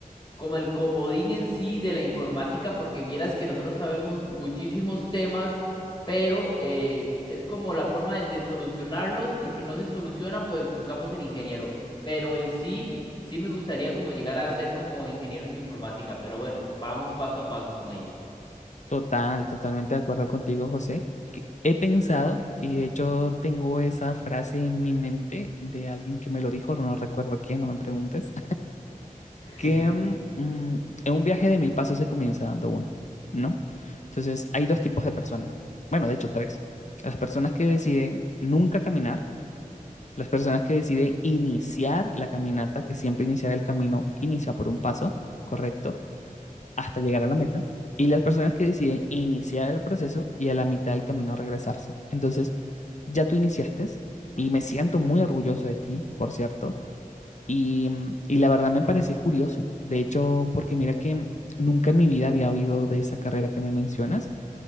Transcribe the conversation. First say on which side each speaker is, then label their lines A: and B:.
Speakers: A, on the left; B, on the left.
A: como el comodín en sí de la informática, porque vieras que nosotros sabemos muchísimos temas, pero eh, es como la forma de, de solucionarlos y si no se soluciona, pues buscamos el ingeniero. Pero en sí, sí me gustaría como llegar a ser como ingeniero en informática, pero bueno, vamos paso a paso con ello.
B: total, totalmente de acuerdo contigo, José. Que He pensado y de hecho tengo esa frase en mi mente de alguien que me lo dijo, no recuerdo quién, no me preguntes
A: <laughs>
B: que mm, en un viaje de mil pasos se comienza dando uno, ¿no? Entonces, hay dos tipos de personas. Bueno, de hecho, tres. Las personas que deciden nunca caminar, las personas que deciden iniciar la caminata, que siempre iniciar el camino inicia por un paso, correcto, hasta llegar a la meta, y las personas que deciden iniciar el proceso y a la mitad del camino regresarse. Entonces, ya tú iniciaste y me siento muy orgulloso de ti, por cierto, y, y la verdad me parece curioso. De hecho, porque mira que nunca en mi vida había oído de esa carrera que me mencionas